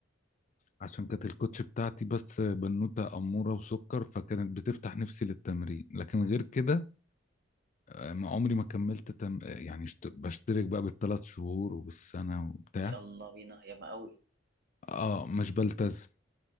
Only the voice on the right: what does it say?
يلا بينا ياما قوي